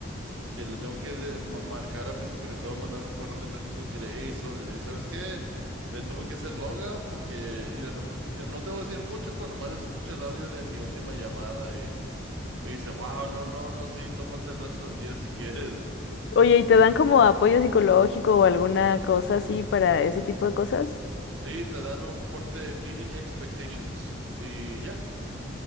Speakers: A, on the right; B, on the left.
A: que le tengo que de- ma- marcar a mi supervisor, mandarle un correo electrónico que le, "Ey, so- eh, ¿sabes qué? Me tuve que hacer logout porque, mira, no, mira, no te voy a decir mucho, pero nomás escucha el audio de mi última llamada y me dice, wow, no, no, no, sí, tómate el resto del día si quieres.
B: Oye, ¿y te dan como apoyo psicológico o alguna cosa así para ese tipo de cosas?
A: Sí, te dan un fuerte meeting expectations y ya,